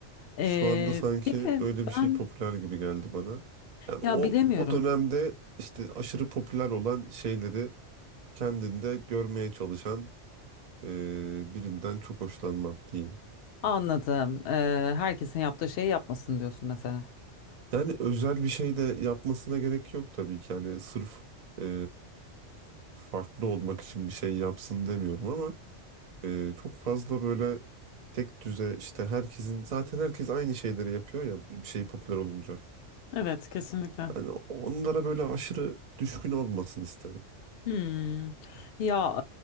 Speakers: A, on the left; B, on the right.
A: Ee,
B: Şu anda sanki
A: bir de
B: öyle
A: ben
B: bir şey popüler gibi geldi bana. Yani
A: ya
B: o,
A: bilemiyorum.
B: o dönemde işte aşırı popüler olan şeyleri kendinde görmeye çalışan e, birinden çok hoşlanmam diyeyim.
A: Anladım. Ee, herkesin yaptığı şeyi yapmasın diyorsun mesela.
B: Yani özel bir şey de yapmasına gerek yok tabii ki. Yani sırf e, farklı olmak için bir şey yapsın demiyorum ama e, çok fazla böyle tek düze işte herkesin zaten herkes aynı şeyleri yapıyor ya bir şey popüler olunca.
A: Evet, kesinlikle.
B: Yani onlara böyle aşırı düşkün olmasın isterim.
A: Hmm. Ya